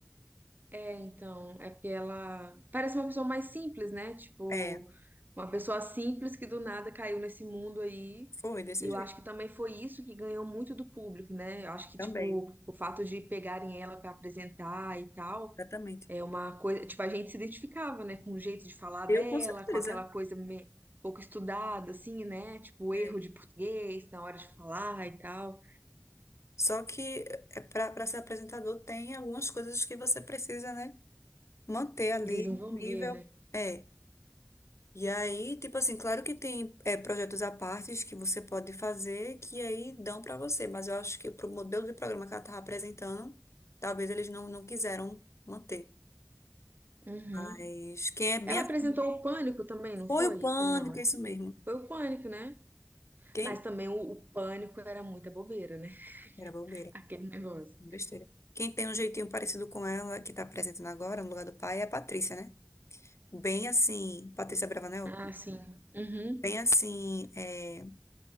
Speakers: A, on the right; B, on the left.
A: é, então, é porque ela parece uma pessoa mais simples, né? Tipo,
B: É,
A: uma pessoa simples que do nada caiu nesse mundo aí.
B: foi desse
A: E eu
B: jeito.
A: acho que também foi isso que ganhou muito do público, né? Eu acho que,
B: Também.
A: tipo, o fato de pegarem ela pra apresentar e tal,
B: Exatamente.
A: é uma coisa. Tipo, a gente se identificava, né? Com o jeito de falar
B: Eu
A: dela,
B: com certeza.
A: com aquela coisa me... pouco estudada, assim, né? Tipo, o
B: É.
A: erro de português na hora de falar e tal.
B: Só que para para ser apresentador tem algumas coisas que você precisa, né, manter ali
A: Desenvolver,
B: no nível.
A: né?
B: é, E aí, tipo assim, claro que tem é, projetos à parte que você pode fazer que aí dão para você, mas eu acho que pro modelo de programa que ela estava apresentando, talvez eles não, não quiseram manter.
A: Uhum.
B: Mas quem é bem.
A: Ela
B: assim,
A: apresentou o Pânico também, não
B: Foi
A: foi?
B: o pânico,
A: Ou não?
B: é isso mesmo.
A: Foi o Pânico, né?
B: Quem.
A: Mas também o, o Pânico era muita bobeira, né?
B: Era bobeira,
A: <laughs> Aquele negócio.
B: besteira. Quem tem um jeitinho parecido com ela, que tá apresentando agora, no lugar do pai, é a Patrícia, né? Bem assim. Patrícia Bravanel?
A: Ah, sim. Uhum,
B: Bem assim. é,